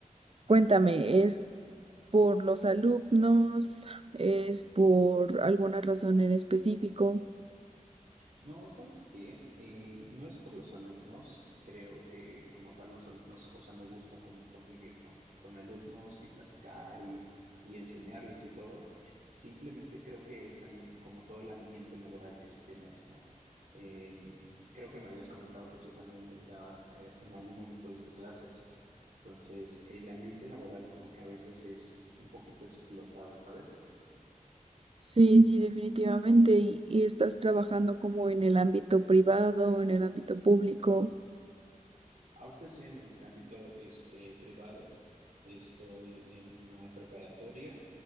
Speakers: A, on the right; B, on the right.
A: cuéntame, ¿es por los alumnos? ¿Es por alguna razón en específico?
B: No, ¿sabes qué? Eh, no es por los alumnos, creo que como tal los alumnos, o sea, me gusta como convivir con, con alumnos y platicar y, y enseñarles y todo. Simplemente creo que es también como todo el ambiente laboral que se genera, ¿no? Eh, creo que me habías comentado que tú también dabas, eh, en algún momento diste clases, entonces el ambiente laboral como que a veces es un poquito explotado, ¿sabes?
A: Sí, sí, definitivamente. ¿Y, y estás trabajando como en el ámbito privado, en el ámbito público?
B: Ahorita estoy en el ámbito este, privado, estoy en una preparatoria